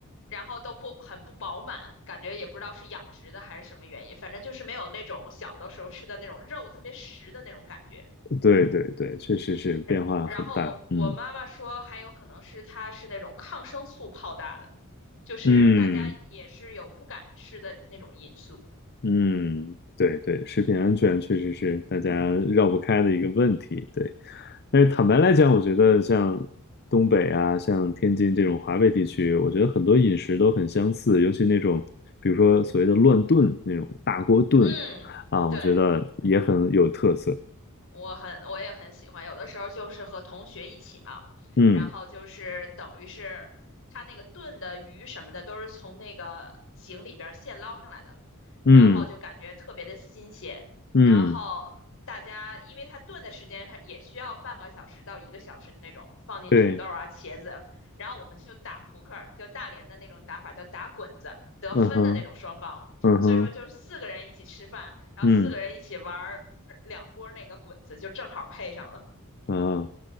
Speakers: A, on the left; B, on the left.
A: 然后都不很不饱满，感觉也不知道是养殖的还是什么原因，反正就是没有那种小的时候吃的那种肉特别实的那种感觉。
B: 对对对，确实是变化很大。
A: 然然后我我妈妈说，
B: 嗯
A: 还有可能是它是那种抗生素泡大的，就是大家也是有不敢吃的那种因素。
B: 嗯。嗯，对对，食品安全确实是大家绕不开的一个问题。对，但是坦白来讲，我觉得像东北啊，像天津这种华北地区，我觉得很多饮食都很相似，尤其那种比如说所谓的乱炖那种大锅炖
A: 嗯，
B: 啊，
A: 对。
B: 我觉得也很有特色。
A: 我很，我也很喜欢。有的时候就是和同学一起嘛，
B: 嗯
A: 然后就是等于是他那个炖的鱼什么的都是从那个井里边儿现捞上来的，
B: 嗯
A: 然后就感觉特别的新鲜。
B: 嗯，
A: 然后大家因为他炖的时间上也需要半个小时到一个小时那种，放进土豆啊、
B: 对，
A: 茄子，然后我们就打扑克儿，就大连的那种打法叫打滚子，得分的那种双方。
B: 嗯哼，嗯哼，
A: 所以说就是四个人一起吃饭，然后四个人一起玩。
B: 嗯
A: 两锅那个滚子就正好配上了，
B: 啊。